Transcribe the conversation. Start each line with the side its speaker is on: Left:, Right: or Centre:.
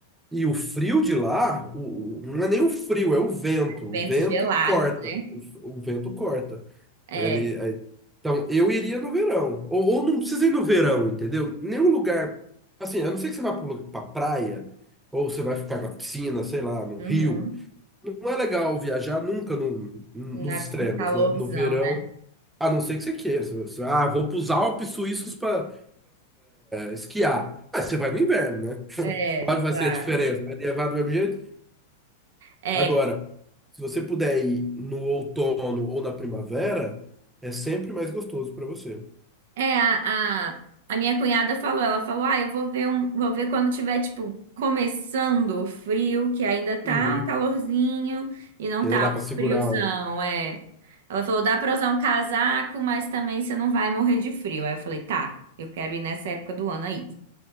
Centre: E o frio de lá, o, o- não é nem o frio, é o vento.
Right: É Vento
Centre: O vento
Right: gelado,
Centre: corta.
Right: né?
Centre: O, o vento corta.
Right: É.
Centre: Ele, aí- então, eu iria no verão. Ou, ou não precisa ir no verão, entendeu? Nenhum lugar. Assim, a não ser que você vá para pra praia, ou você vai ficar na piscina, sei lá, no
Right: uhum.
Centre: rio. Não é legal viajar nunca no- nos
Right: Na,
Centre: extremos,
Right: um calorzão,
Centre: né? No verão,
Right: né?
Centre: a não ser que você queira. Você- você- ah, vou para os Alpes suíços para esquiar. Ah, você vai no inverno, né?
Right: É,
Centre: Qual vai
Right: claro.
Centre: ser a diferença? Vai levar do mesmo jeito?
Right: É,
Centre: Agora, se você puder ir no outono ou na primavera, é sempre mais gostoso para você.
Right: é a, a, a minha cunhada falou, ela falou, ah, eu vou ver um, vou ver quando tiver, tipo, começando o frio, que ainda tá
Centre: Uhum.
Right: um calorzinho e não
Centre: Porque
Right: tá
Centre: Ainda dá
Right: o
Centre: para segurar
Right: friozão, é. Ela falou, dá pra usar um casaco, mas também você não vai morrer de frio. Aí eu falei, tá, eu quero ir nessa época do ano aí.